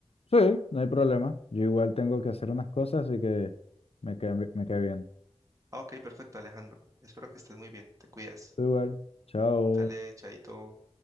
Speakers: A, on the left; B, on the right.
A: sí, no hay problema, yo igual tengo que hacer unas cosas, así que me cae, me cae bien.
B: Ah, ok, perfecto, Alejandro. Espero que estés muy bien. Te cuidas.
A: Tú igual, chao.
B: Dale, chaito.